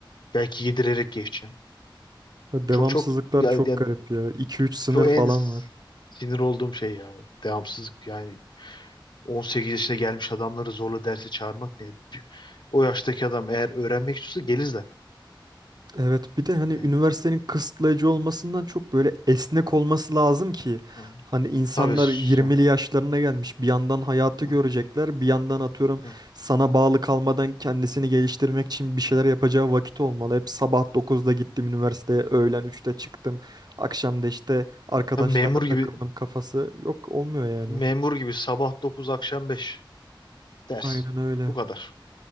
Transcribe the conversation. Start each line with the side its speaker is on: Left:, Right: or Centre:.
Left: Belki yedirerek geçeceğim.
Right: Devamsızlıklar
Left: Çok çok yani,
Right: çok
Left: yani
Right: garip ya. iki üç sınır
Left: çok
Right: falan
Left: en
Right: var.
Left: sinir olduğum şey ya. Devamsızlık yani 18 yaşına gelmiş adamları zorla derse çağırmak ne? O yaştaki adam eğer öğrenmek istiyorsa gelir zaten.
Right: Evet bir de hani
Left: Yani,
Right: üniversitenin kısıtlayıcı olmasından çok böyle esnek olması lazım ki
Left: hı. hı.
Right: hani insanlar
Left: Tabii. su-
Right: 20'li yaşlarına gelmiş bir yandan hayatı görecekler
Left: hı,
Right: bir yandan atıyorum
Left: hı.
Right: sana bağlı kalmadan kendisini geliştirmek için bir şeyler yapacağı vakit olmalı. Hep sabah 9'da gittim üniversiteye öğlen 3'te çıktım akşam da işte arkadaşlarla
Left: Tabii memur
Right: takıldım
Left: gibi
Right: kafası yok olmuyor yani.
Left: memur gibi sabah 9, akşam 5. ders.
Right: Aynen öyle.
Left: Bu kadar.